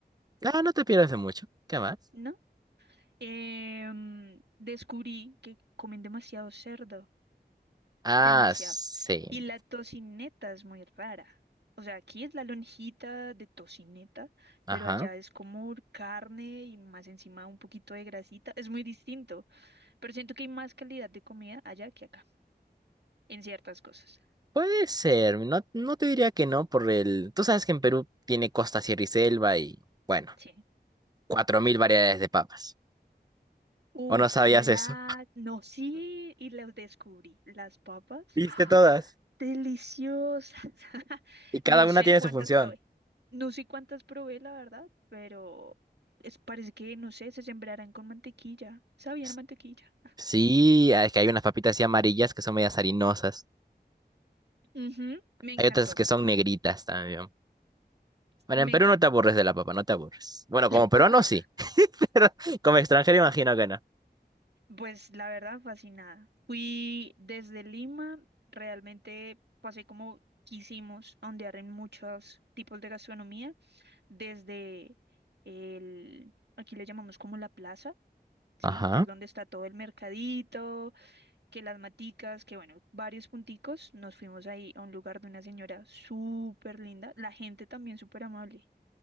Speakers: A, on the right; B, on the right.
A: Ah, no te pierdas de mucho. ¿Qué más?
B: ¿no? Em, descubrí que comen demasiado cerdo,
A: Ah,
B: demasiado.
A: sí.
B: Y la tocineta es muy rara. O sea, aquí es la lonjita de tocineta,
A: Ajá.
B: pero allá es como carne y más encima un poquito de grasita. Es muy distinto, pero siento que hay más calidad de comida allá que acá, en ciertas cosas.
A: Puede ser. No, no te diría que no por el... Tú sabes que en Perú tiene costa, sierra y selva y, bueno,
B: Sí.
A: cuatro mil variedades de papas.
B: Uf,
A: ¿O no sabías
B: la...
A: eso?
B: No, sí, y las descubrí. Las papas.
A: <laughs> Viste
B: <gasps> ¡ah!
A: todas.
B: Deliciosas. <laughs>
A: Y cada
B: No
A: una
B: sé
A: tiene
B: cuántas
A: su función.
B: probé. No sé cuántas probé, la verdad, pero es, parece que, no sé, se sembrarán con mantequilla. Sabían
A: S-
B: a mantequilla.
A: Sí, ah, es que hay unas papitas así amarillas que son medias harinosas.
B: Ujú, Me encantó,
A: Hay otras que son negritas también. Bueno,
B: me
A: en Perú
B: encantó.
A: no te aburres de la papa, no te aburres. Bueno, como
B: <laughs>
A: peruano sí, <laughs> pero como extranjero imagino que no.
B: Pues la verdad, fascinada. Fui desde Lima, realmente pasé como quisimos, a ondear en muchos tipos de gastronomía. desde el, aquí le llamamos como la plaza, ¿sí?
A: Ajá.
B: Que es donde está todo el mercadito, que las maticas, que bueno, varios punticos. Nos fuimos ahí a un lugar de una señora súper linda, la gente también súper amable.